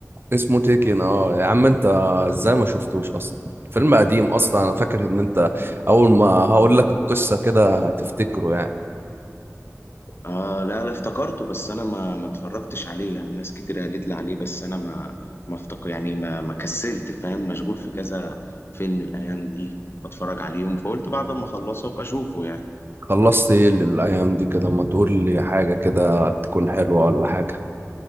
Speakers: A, on the right; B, on the left.
A: اسمه تيكن اه يا عم انت ازاي ما شفتوش اصلا فيلم قديم اصلا انا فاكر ان انت اول ما هقول لك القصه كده هتفتكره يعني
B: آه لا لا افتكرته بس انا ما ما اتفرجتش عليه يعني ناس كتير قالت لي عليه بس انا ما ما افتكر يعني ما ما كسلت فاهم مشغول في كذا فيلم الايام دي بتفرج عليهم فقلت بعد ما اخلصه ابقى اشوفه يعني
A: خلصت ايه للايام دي كده ما تقول لي حاجه كده تكون حلوه ولا حاجه